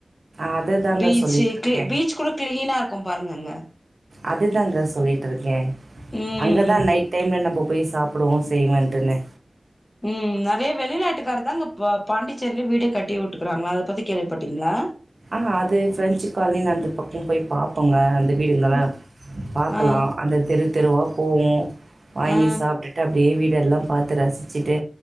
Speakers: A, on the right (about 65°); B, on the left (about 30°).
A: அததாங்க
B: பீச்சு
A: சொல்லிட்டுருக்கேன்.
B: க்கு பீச் கூட கிளீனாருக்கு பாருங்க அங்க
A: அதுதாங்க சொல்லிட்ருக்கே
B: ம்
A: அங்க தா நைட் டைம்ல நம்ப போய் சாப் ப்டுவோ செய்வேன்ட்டுனு
B: ம் நெறைய வெளிநாட்டுக்கார் தாங்க பா பாண்டிச்சேரிலே வீடே கட்டி உட்டுக்குறாங்களா அத பத்தி கேள்விப்பட்டிங்ளா
A: ஆ அது ஃப்ரெஞ்சு கால்ணின்னு அந்த பக்கோ போய் பாப்போங்க அந்த வீடுங்கலா
B: ம்
A: பாக்கலா
B: ஆ
A: அந்த தெரு தெருவா போவோ வாங்கி
B: ஆ
A: சாப்ட்டுட்டு அப்டியே வீடெல்லா பாத்து ரசிச்சுட்டு